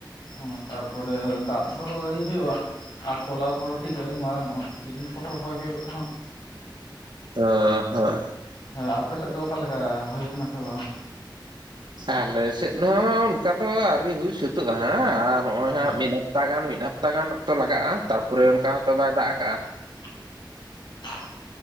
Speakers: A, on the left; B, on the right.
A: ᱚᱸ ᱛᱟᱨᱯᱚᱨᱮ ᱫᱟᱜ ᱫᱚ ᱟᱣᱨᱤ ᱦᱩᱭᱩᱜᱼᱟ᱾ ᱟᱨ ᱛᱚᱞᱟ ᱠᱚᱦᱚᱸ ᱴᱷᱤᱠ ᱟᱹᱣᱨᱤ ᱢᱟᱸᱨᱟᱝ ᱚᱼᱟ ᱠᱤᱪᱷᱩ ᱫᱤᱱ ᱯᱚᱨ ᱨᱚᱚᱭ ᱦᱩᱭᱩᱜᱼᱟ ᱦᱟᱸ᱾
B: ᱚ ᱦᱸ ᱦᱚᱭ
A: ᱦᱮᱸ ᱟᱯᱮ ᱥᱮᱫ ᱫᱚ ᱚᱠᱟᱮᱠᱟ ᱦᱩᱭ ᱟ ᱠᱟᱱᱟ ᱥᱮ ᱵᱟᱝ?
B: ᱟᱞᱮ ᱥᱮᱫ ᱦᱚᱸ ᱚᱱᱠᱟ ᱫᱚ ᱟᱹᱣᱨᱤ ᱦᱩᱭ ᱥᱟᱹᱛᱟᱹᱜᱼᱟ ᱦᱟᱸ ᱟᱨ ᱱᱚᱜᱼᱚᱭ ᱦᱟᱸᱜ
A: ᱦᱮᱸ
B: ᱢᱤᱫ ᱦᱟᱯᱼᱼ ᱦᱟᱯᱛᱟ ᱜᱟᱱ ᱢᱤᱫ ᱦᱟᱯᱛᱟ ᱜᱟᱱ ᱚᱠᱛᱚ ᱞᱟᱜᱟᱜᱼᱟ, ᱛᱟᱨᱯᱚᱨᱮ ᱚᱱᱠᱟ ᱦᱚᱸᱛᱚ ᱵᱟᱭ ᱫᱟᱜ ᱠᱟᱜᱼᱟ᱾
A: <unintelligible>